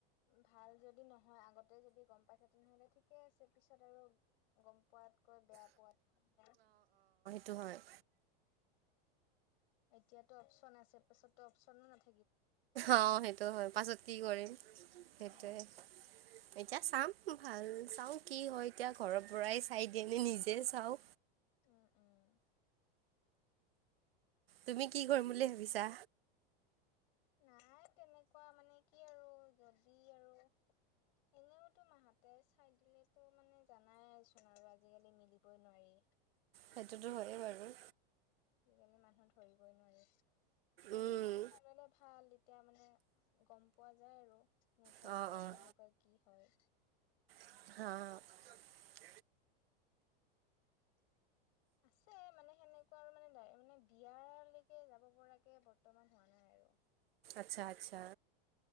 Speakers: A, on the left; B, on the right.
A: ভাল যদি যদি নহয়, আগতে যদি গম পাই থ, তেনেহ'লে ঠিকে আছে, পিছত আৰু গম পোৱাতকৈ বেয়া পোৱাতকৈ
B: টো, হয়য়।
A: এতিয়াতো অপচন আছে, পিছতো অপচনো নাথাকে।
B: অ, সেইটো হয়, পাছত কি কৰিম সেইটোৱে।
A: উম।
B: এতিয়া চাম ভাল চাওঁ কি হয়, এতিয়া ঘৰৰ পৰাই চাই দিয়েনে নিজে চাওঁ।
A: উ, উম।
B: তুমি কি কৰিম বুলি ভাবিছা।
A: নাই তেনেকুৱা মানে কি আৰু যদি আৰু এনেওতো মাহঁতে চাই দিলেতো মানে জানাইচোন আৰু আজিকালি মিলিবই নোৱাৰি।
B: সেইটোতো হয়ে বাৰু।
A: আজিকালি মানুহ ধৰিবই নোৱাৰি ত'
B: উম।
A: নিজে চাই ললে ভাল এতিয়া মানে। গম পোৱা যায় আৰু নেচাৰ
B: অঁ
A: বিলাক
B: অঁ
A: কেনেকুৱা কি হয়।
B: <inaudible>
A: <inaudible> আছে মানে সেনেকুৱা আৰু মানে, মানে বিয়ালৈকে যাব পৰাকে বৰ্তমান হোৱা নাই আৰু।
B: আচ্ছা, আচ্ছা।